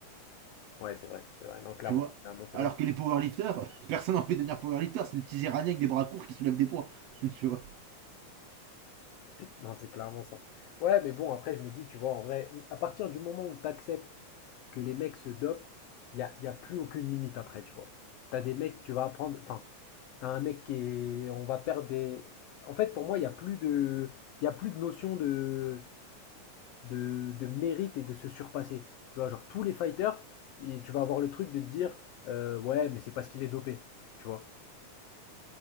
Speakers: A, on the left (about 85°); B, on the right (about 75°).
A: Ouais, c'est vrai, c'est vrai. Non, clairement,
B: Tu vois
A: clairement, c'est
B: Alors
A: vrai que
B: que les powerlifters, <laughs> personne n'a envie de devenir powerlifter, c'est des petits iraniens avec des bras courts qui soulèvent des poids. <laughs> tu vois
A: Non, c'est clairement ça. Ouais, mais bon, après, je me dis, tu vois, en vrai, à partir du moment où tu acceptes que les mecs se dopent, il n'y a, y a plus aucune limite après, tu vois. T'as des mecs, tu vas apprendre. Enfin, t'as un mec qui est. On va perdre des. En fait, pour moi, il n'y a plus de. Il y a plus de notion de, de, de mérite et de se surpasser. Tu vois, genre, tous les fighters, et tu vas avoir le truc de te dire, euh, ouais, mais c'est parce qu'il est dopé, tu vois.